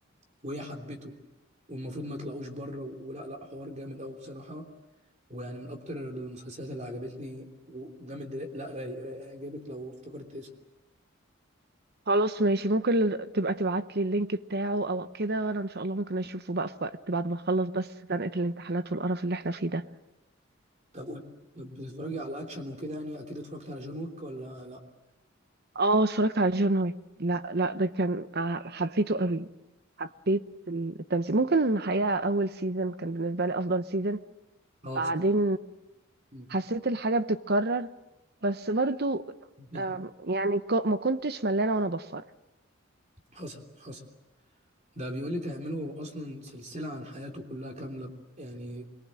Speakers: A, on the right; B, on the right.
A: وهي حبته والمفروض ما يطلعوش بره و- ولا لا حوار جامد قوي بصراحه ويعني من اكتر المسلسلات اللي عجبتني وجامد لا رايق رايق هيعجبك لو افتكرت اسمه
B: خلاص ماشي ممكن تبقى تبعت لي اللينك بتاعه او كده وانا ان شاء الله ممكن اشوفه بقى في وقت بعد ما اخلص بس زنقة الامتحانات والقرف اللي احنا فيه ده
A: طب قول طب بتتفرجي على اكشن وكده يعني اكيد اتفرجت على جون ويك ولا لا
B: اه اتفرجت على جون ويك لا لا ده كان آه، حبيته قوي حبيت التمثيل ممكن الحقيقة أول سيزون كان بالنسبة لي أفضل سيزون
A: اه
B: بعدين
A: بس- مم.
B: حسيت الحاجة بتتكرر بس برضو
A: ده
B: آم، يعني ك- ما كنتش ملانة وأنا بفر
A: حصل حصل ده بيقول لك هيعملوا اصلا سلسله عن حياته كلها كامله يعني